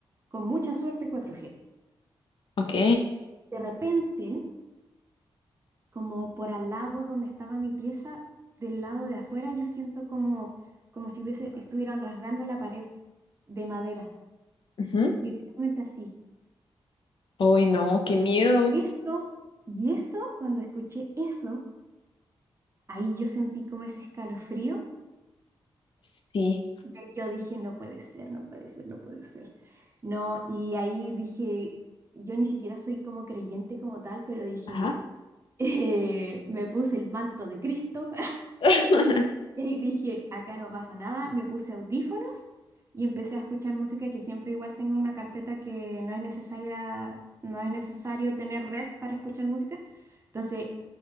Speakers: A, on the right; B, on the left.
A: con mucha suerte 4G.
B: Ok.
A: De repente, como por al lado donde estaba mi pieza, del lado de afuera, yo siento como, como si hubiese, estuvieran rasgando la pared de madera,
B: ujú.
A: literalmente así.
B: Ay, no, qué miedo.
A: Eso, y eso, cuando escuché eso, ahí yo sentí como ese escalofrío
B: Sí,
A: Yo, yo dije, no puede ser, no puede ser, no puede ser. No, y ahí dije, yo ni siquiera soy como creyente como tal, pero dije,
B: ajá.
A: <laughs> eh, me puse el manto de Cristo
B: <laughs>
A: <laughs> y ahí dije, acá no pasa nada, me puse audífonos y empecé a escuchar música que siempre igual tengo una carpeta que no es necesaria, no es necesario tener red para escuchar música. Entonces,